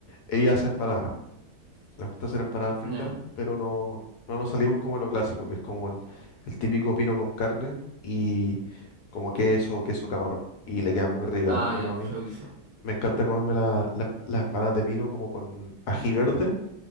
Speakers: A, on the left; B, on the right.
A: Ella hace empanadas. Le gusta hacer empanadas fritas,
B: Ya.
A: pero no, no nos salimos como de lo clásico, que es como el, el típico pino con carne y como queso, queso camarón. Y le quedan muy ricas,
B: Ah,
A: al menos
B: ya,
A: a mí.
B: perfecto.
A: Me encanta comerme la- la emp- las empanadas de pino como con ají verde